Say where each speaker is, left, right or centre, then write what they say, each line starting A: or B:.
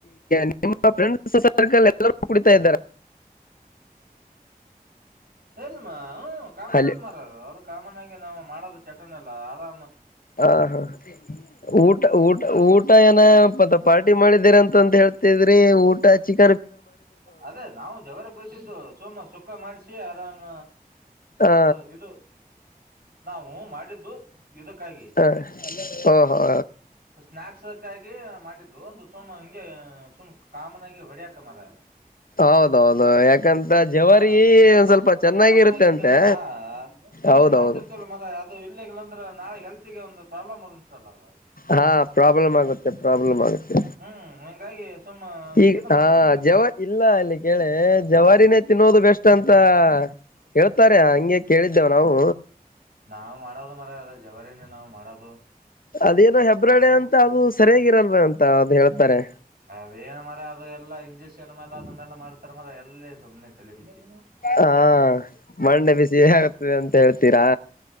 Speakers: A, on the left (about 65°); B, on the right (about 80°).
A: ನಿಮ್ಮ ಫ್ರೆಂಡ್ಸ್ ಸರ್ಕಲ್ ಎಲ್ಲರ ಕುಡಿತಾಯಿದ್ದಾರ
B: ಏನ್ಮಾ ಎಲ್ಲಾ ಕಾಮನ್ದು
A: ಅಲ್ಲಿ
B: ಮಾರಯಾ ಅದು ಕಾಮನ್ ಆಗಿ ನಾವು ಮಾಡೋದು ಚಟ್ಟನೆ ಎಲ್ಲ ಆರಾಮ
A: ಹ ಹಾ ಊಟ ಊಟ ಊಟ ಏನಪ್ಪ ಪಪಾರ್ಟಿ ಪಾರ್ಟಿ ಮಾಡಿದೀರ ಅಂತಂತ ಹೇಳ್ತಿದ್ರಿ ಊಟ ಚಿಕ್ಕ
B: ಅದೇ ನಾವು ಜವರ ಕುಯಿಸಿದ್ದು ಸೋಮ ಸುಖ ಮಾಡಿಸಿ ಆರಾಮ
A: ಹಾ
B: ಅದು ಇದು ನಾವು ಮಾಡಿದ್ದು ಇದಕ್ಕಾಗಿ
A: ಹ ಹ ಹ ಹ
B: ಸ್ನಾಯಕ್ಸ್ಕ್ಕಾಗಿ ಮಾಡಿದ್ದು ಒಂದು ಸುಮ್ ಹಿಂಗೆ ಸುಮ್ ಕಾಮನ್ ಆಗಿ ಹೊಡಾಯಕ್ಕ ಮಾರಾಯ
A: ಹೌದೌದು ಯಾಕಂತ ಜವಾರಿ
B: ಹ
A: ಸ್ವಲ್ಪ ಚೆನ್ನಾಗಿರುತ್ತೆ
B: ಕಾಮನ್ ಆಗಿ
A: ಅಂತೆ
B: ತಿನೋದ ಡ್ರಿಂಕ್ಸ್
A: ಹೌದೌದು
B: ಮಾಡ್ತಿರ್ತಿವಲ್ಲ ಮರಯಾ ಅದು ಇಲ್ಲಿ ಇಗ್ ಅಂದ್ರೆ ನಾಳೆ ಹೆಲ್ತ್ಗೆ ಒಂದು ಪ್ರಾಬ್ಲಮ್ ಉಂಟಲ್ಲ ಅದು
A: ಹಾ ಪ್ರಾಬ್ಲಮ್ ಆಗುತ್ತೆ ಪ್ರಾಬ್ಲಮ್ ಆಗುತ್ತೆ
B: ಹ್ಮ್ಮ್ ಇಂಗಾಗಿ ಸುಮ್ಮ
A: ಈಗ
B: ಇದು
A: ಹ
B: ಮಾಡದ್ ಮರ ಅಲ್ಲಿ
A: ಜವಾರಿ ಇಲ್ಲ ಇಲ್ಲಿ ಕೇಳಿ ಜವಾರಿನೇ ತಿನ್ನೋದು ಬೆಸ್ಟ್ ಅಂತ ಹೇಳ್ತಾರ ಹಂಗೆ ಕೇಳಿದ್ದೇವ್ ನಾವು
B: ನಾವು ಮಾಡೋದು ಮರಯಾ ಅದ ಜವರಿನೇ ನಾವು ಮಾಡೋದು
A: ಅದೇನೋ ಹೆಬ್ರಾಡೆ ಅಂತ ಅದು ಸರಿಯಾಗಿ ಇರಲ್ವಾ ಅಂತ ಅದು ಹೇಳ್ತಾರೆ
B: ಅದೇನ್ ಮರ ಅದು ಎಲ್ಲಾ ಇಂಜೆಕ್ಷನ್ ಮೇಲೆ ಅ ಲ್ಲ ಮಾಡ್ತಾರ ಮ್ರ ಎಲ್ಲೇ ಸುಮ್ಮನೆ ತಲೆಬಿಸಿ
A: ಹಾ ಮಂಡೆ ಬಿಸಿ ಹೇಗಾಗತದೆ ಅಂತ ಹೇಳ್ತೀರಾ